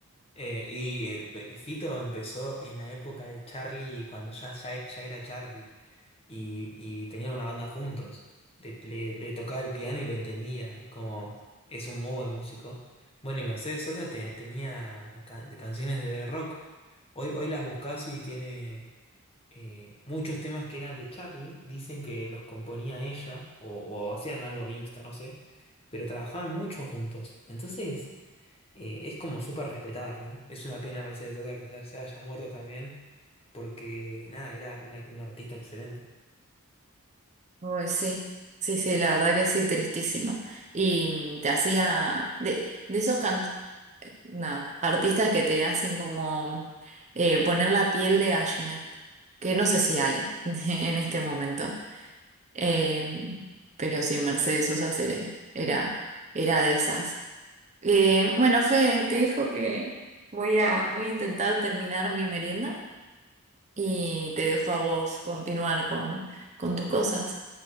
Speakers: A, on the left; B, on the right.
A: Eh, y eh, Pe- Fito empezó en la época de Charlie, cuando ya, ya, ya era Charlie. y, y tenían una banda juntos. Le, le- le tocaba el piano y lo entendía, es como es un muy buen músico. Bueno, y Mercedes Sosa te- tenía can- canciones de rock. Hoy, hoy las buscas y tiene eh, muchos temas que eran de Charlie, dicen que los componía ella o, o hacían algo mixto, no sé, pero trabajaban mucho juntos. Entonces eh, es como súper respetada, ¿no? Es una pena Mercedes Sosa que se se haya muerto también, porque nada, era una, una artista excelente.
B: Uy, sí, sí, sí, la verdad que sí, tristísimo. Y mm, te hacía de, de esos can- nada, artistas que te hacen como eh, poner la piel de gallina, que no sé si hay <laughs> en este momento. Eh, pero sí, Mercedes Sosa era, era, era de esas. Eh, bueno, Fe, te dijo que voy a, voy a intentar terminar mi merienda y te dejo a vos continuar con, con tus cosas.